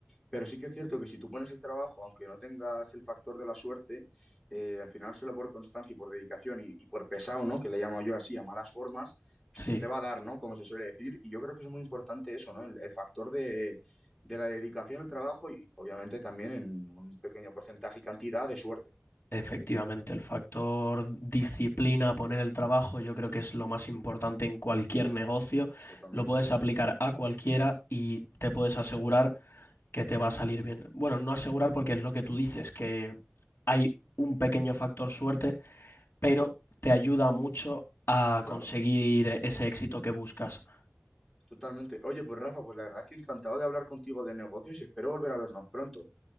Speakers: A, in the centre; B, on the left (about 65°).
A: pero sí que es cierto que si tú pones el trabajo, aunque no tengas el factor de la suerte, eh, al final solo por constancia y por dedicación y, y por pesado, ¿no? Que le llamo yo así, a malas formas, se
B: Sí.
A: te va a dar, ¿no? Como se suele decir. Y yo creo que es muy importante eso, ¿no? El, el factor de, de la dedicación al trabajo y obviamente también en un pequeño porcentaje y cantidad de suerte.
B: Efectivamente, el factor disciplina, poner el trabajo, yo creo que es lo más importante en cualquier
A: Sí,
B: negocio.
A: Totalmente,
B: Lo puedes aplicar a cualquiera y te puedes asegurar que te va a salir bien. Bueno, no asegurar porque es lo que tú dices, que hay un pequeño factor suerte, pero te ayuda mucho a
A: claro.
B: conseguir ese éxito que buscas.
A: Totalmente. Oye, pues Rafa, pues la verdad es que encantado de hablar contigo de negocios y espero volver a vernos pronto.